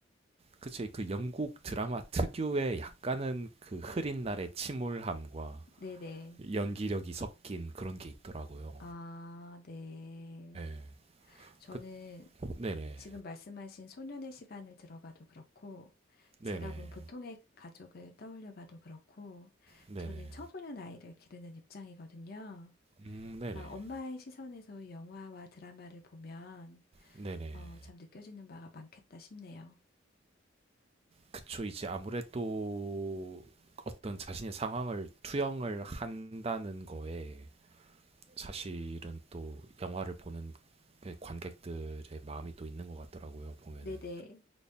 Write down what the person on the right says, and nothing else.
그치 그 영국 드라마 특유의 약간은 그 흐린 날의 침울함과
연기력이 섞인 그런 게 있더라고요.
예.
그 네네.
네네.
네네.
음, 네네.
네네.
그쵸. 이제 아무래도 어떤 자신의 상황을 투영을 한다는 거에 사실은 또 영화를 보는 그 관객들의 마음이 또 있는 것 같더라고요. 보면은.